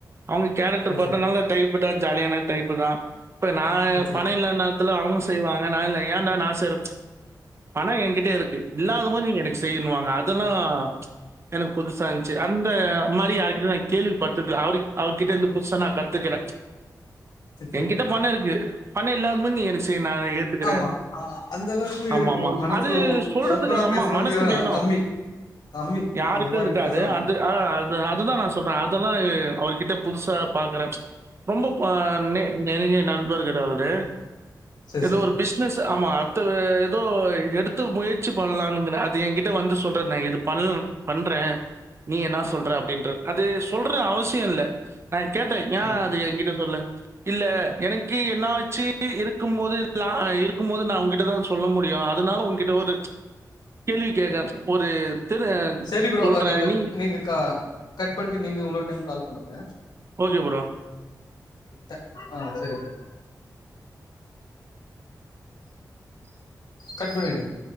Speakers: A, on the right; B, on the left.
A: அவங்க கேரக்டர்
B: சரி
A: பாத்தா
B: சரி
A: நல்ல டைப்பு தா ஜாலியான டைப்பு தா இப்ப நா
B: சரி சரி
A: பணயில்லனா ல்ல அவங்க செய்வாங்க நா இல் ஏன்டா நா செய்ற பணோ எங்கிட்டே இருக்கு இல்லாத போது நீங்க எனக்கு செய்யணுவாங்க அ தல்லா எனக்கு புதுசா இஞ்ச்சு அந்த மாரி யார்க்கிட்ட நா கேள்வி பட்டுக்கல அவரு அவர்கிட்ட இருந்து புதுசா நா கத்துக்கறே
B: சரி சரி
A: எங்கிட்ட பணொ இருக்கு பணொ இல்லாத போது எனக்கு செய் நா ஏத் திக்கறே
B: ஆமா அந்த அளவுக்கு
A: ஆமா
B: இரு
A: ஆமா
B: மனசு
A: அது சொல்றதுக்கு
B: ஓப்பனா
A: ஆம்மா
B: பேசுறவங்க
A: மனசு வேணு
B: கம்மி கம்மி
A: யாருக்கு
B: அந்த மாரி
A: இருக்காது
B: பேசுறவங்க
A: அ ஆஹ் அது அதுதா நா சொல்ற அதல்லா அவர்கிட்ட புதுசா பாக்கறே ரொம்போ பா னெ நெருங்கிய நண்பர் சார்அவ்ரு
B: சரி
A: எதோ
B: சரி
A: ஒரு பிஸ்னஸ் ஆமா அத்தவ ஏதோ எடுத்துப்போயி சிப் பண்ணலான்கிற அது என்கிட்ட வந்து சொல் நா இது பண்ணல பண்றே நீ ன்னா சொல்ற அப்டின்றது சொல்றது அவசியோல்ல நா கேட்டே யா
B: ஆமா
A: அது எங்கிட்ட சொல்ல இல்ல எனக்கு என்னாச்சு இருக்கும் போதுலா இருக்கும் போது நா உங்கிட்டதா சொல்ல முடியும் அதனால உங் கிட்ட ஒரு கேள்வி கேக்கற ஒரு திரு
B: செரி ப்ரோ
A: சொல்றேன்.
B: நீங்க
A: நீ
B: நீங்க கா கட் பண்ட்டு நீங்க உன்னொரு டைம் கால் பண்ணுங்க
A: ஓகே புரோ
B: த ஆ சரி ப்ரோ கட் பண்ணிடுங்